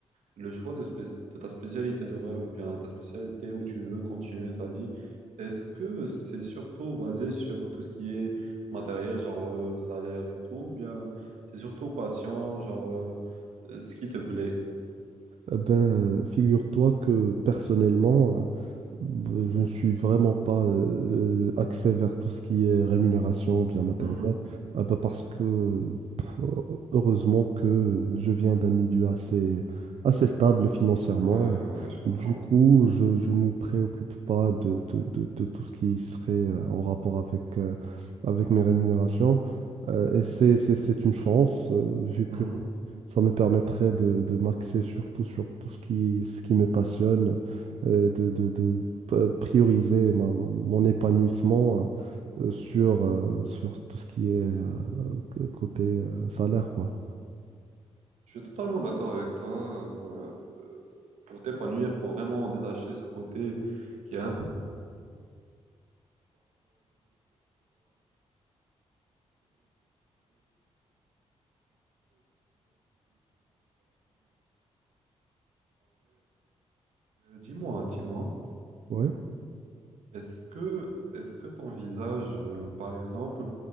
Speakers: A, on the right; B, on the right.
A: le choix de, spé- de ta spécialité de rêve ou bien ta spécialité où tu veux continuer ta vie, est-ce que c'est surtout basé sur tout ce qui est matériel, genre euh, salaire et tout, ou bien c'est surtout patient, genre euh, euh, ce qui te plaît?
B: eh ben, figure-toi que personnellement, b- je ne suis vraiment pas euh, euh, axé vers tout ce qui est rémunération, bien matériel,
A: Mhm.
B: Ah bah parce que pff, heureusement que je viens d'un milieu assez, assez stable financièrement.
A: Ouais, ouais, je comprends.
B: Du coup, je, je ne me préoccupe pas de, de- de- de tout ce qui serait euh, en rapport avec, euh, avec mes rémunérations. Euh, et c'est, c'est- c'est une chance, euh, vu que
A: Mhm.
B: ça me permettrait de, de m'axer surtout sur tout ce qui, ce qui me passionne, euh, de, de- de p- prioriser ma- ma- mon épanouissement euh, sur, euh, sur tout ce qui est euh, c- côté euh, salaire, quoi.
A: Je suis totalement d'accord avec toi. euh, euh, pour t'épanouir, il faut vraiment détacher ce côté qui est un un peu excessif qui peut parfois griller tes choix et te dé- déconcentrer sur euh, notre cause primaire qui est le confort du patient et le bien du patient. En vrai, ouais. Euh, dis-moi, dis-moi,
B: Ouais.
A: est-ce que est-ce que t'envisages, euh, par exemple,